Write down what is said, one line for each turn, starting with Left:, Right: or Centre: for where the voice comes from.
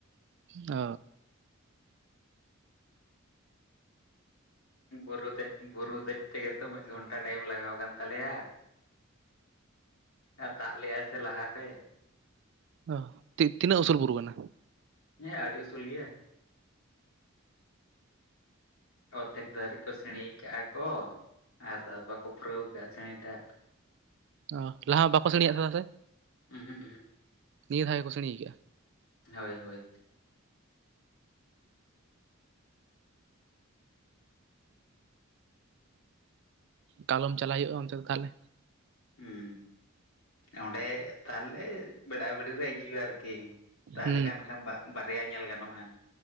Right: ᱚ
Left: ᱵᱩᱨᱩ ᱫᱮᱡ ᱵᱩᱨᱩ ᱫᱮᱡ ᱛᱮᱜᱮ ᱛᱚ ᱢᱤᱫ ᱜᱷᱚᱱᱴᱟ ᱴᱟᱭᱮᱢ ᱞᱟᱜᱟᱣ ᱠᱟᱱ ᱛᱟᱞᱮᱭᱟ ᱟᱨ ᱫᱟᱜ ᱞᱮᱜᱟᱭ ᱥᱮ ᱞᱟᱦᱟᱨᱮ
Right: ᱚ ᱛᱤ ᱛᱤᱱᱟᱹᱜ ᱩᱥᱩᱞ ᱵᱩᱨᱩ ᱠᱟᱱᱟ
Left: ᱦᱮᱸ ᱟᱰᱤ ᱩᱥᱩᱞ ᱜᱮᱭᱟ ᱚᱨᱫᱷᱮᱠ ᱫᱷᱟᱹᱨᱤ ᱠᱚ ᱥᱤᱬᱤᱸᱥ ᱠᱟᱜᱼᱟ ᱠᱚ ᱟᱨ ᱵᱟᱠᱩ ᱯᱩᱨᱟᱹᱣ ᱠᱟᱜᱼᱟ ᱥᱤᱬᱤ ᱴᱟᱜ
Right: ᱚ ᱞᱟᱦᱟ ᱵᱟᱠᱚ ᱥᱤᱬᱤ-ᱟ ᱥᱮ
Left: ᱩᱸᱦᱩᱸᱜ ᱩᱦᱩᱸᱜ
Right: ᱱᱤᱭᱟᱹ ᱫᱷᱟᱣ ᱜᱮ ᱠᱚ ᱥᱤᱬᱤ ᱠᱟᱜᱼᱟ
Left: ᱦᱳᱭ ᱦᱳᱭ
Right: ᱠᱟᱞᱚᱢ ᱪᱟᱞᱟᱣ ᱦᱩᱭᱩᱜᱼᱟ ᱚᱱᱛᱮ ᱫᱚ ᱛᱟᱦᱚᱞᱮ
Left: ᱦᱩᱸ ᱚᱸᱰᱮ ᱛᱟᱦᱚᱞᱮ ᱵᱮᱲᱟᱵᱲᱤ ᱨᱮ ᱦᱮᱡ ᱦᱩᱭᱩᱜ - ᱟ ᱟᱨᱠᱤ
Right: ᱦᱩᱸ
Left: ᱛᱟᱦᱚᱞᱮ ᱠᱷᱟᱱ ᱠᱷᱟᱱ ᱵᱟ-ᱵᱟᱨᱭᱟ ᱧᱮᱞ ᱜᱟᱱᱚᱜᱼᱟ